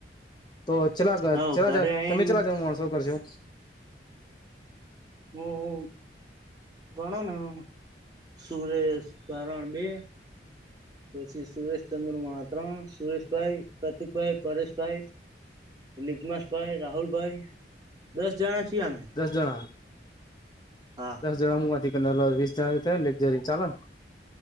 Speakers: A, on the left; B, on the right.
A: તો ચલા
B: હવ
A: ચલા
B: ઘરે
A: જ
B: આઈન
A: તમે ચલા જ વસઅપ કરશો.
B: હુ હુ ભણન સુરેશ કરણ બે પછી સુરેશ ચંદ્ર મા ત્રણ ત્ સુરેશભાઈ પ્રતિકભાઈ પરેશભાઈ લિકમાસ ભાઈ રાહુલભાઈ દસ જણા છીએ અમે.
A: દસ જણા
B: હા
A: દસ જણા મા હુંહથી કરી વીસ જણા લઝરી ચાલે